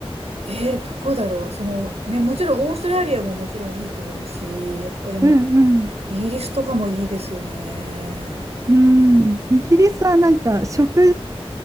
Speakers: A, on the right; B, on the right.
A: えー、どこだろう。その、ね、もちろんオーストラリアももちろんいいと思うし、やっぱでも、
B: うんうん。
A: イギリスとかもいいですよね。
B: うん、イギリスはなんか食